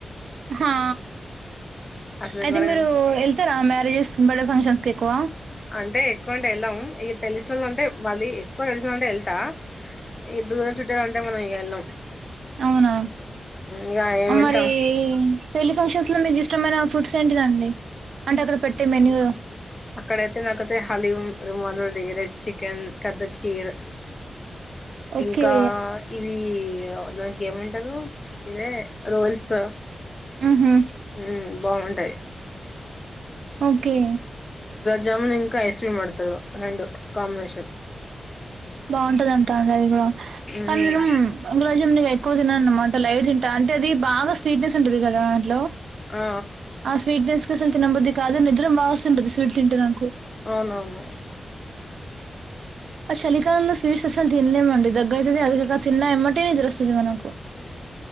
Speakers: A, on the right (about 90°); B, on the left (about 25°).
A: ఆహా
B: అసలు
A: అయితే
B: ఘోరంగా
A: మీరు వెళ్తారా మ్యారేజెస్ బర్డే ఫంక్షన్స్ కి ఎక్కువ
B: అంటే ఎక్కువ అంటే వెళ్ళాము ఇక తెలిసిన వాళ్ళు అంటే మళ్ళీ ఎక్కువ తెలిసిన అంటే వెళ్తా ఇక దూరం చుట్టాలంటే మనం ఇక వెళ్ళాం
A: అవునా
B: ఇక ఏం
A: ఆ
B: వెళ్తాం
A: మరి పెళ్లి ఫంక్షన్స్ లో మీకు ఇష్టమైన ఫ్రూట్స్ ఏంటిదండి అంటే అక్కడ పెట్టే మెన్యూ
B: అక్కడయితే నాకైతే హలీ రుమాలు ఉడి రెడ్ చికెన్ కద్ద కీర్
A: ఓకే
B: ఇంకా ఇవి దానికి ఏమంటారు ప్చ్ ఇదే రూల్స్
A: హ్మ్ హు
B: ఉ బాగుంటాయి
A: ఓకే
B: జముూన్ ఇంకా ఐస్క్రీం పెడ్తారు కాంబినేషన్
A: బాగుంటదంటా అది కూడా కానీ
B: మ్మ్
A: నేను <unintelligible> తినను అన్న మాట లైట్ తింటా అంటే అది బాగా స్వీట్నెస్ ఉంటాది కాద దాంట్లో
B: ఆ
A: ఆ స్వీట్ నెస్ అస్సలు తినబుద్ది కాదు నిద్ర బాగొస్తుంటది స్వీట్ తింటే నాకు
B: అవునవును
A: సలికాలంలో స్వీట్స్ అస్సల్ తినలేమండి దగైతది అది గాక తిన్నా ఎమ్మటే నిదరొస్తది మనకు